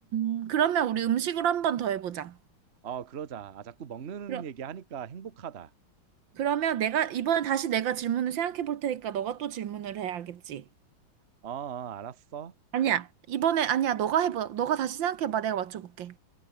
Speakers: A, on the right; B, on the right.
A: 음, 그러면 우리 음식으로 한 번 더 해보자.
B: 어, 그러자. 아, 자꾸 먹는
A: 그럼,
B: 얘기 하니까 행복하다.
A: 그러면 내가, 이번에 다시 내가 질문을 생각해 볼 테니까 너가 또 질문을 해야겠지.
B: 어, 어, 알았어.
A: 아니야, 이번에, 아니야, 너가 해봐. 너가 다시 생각해봐. 내가 맞춰볼게.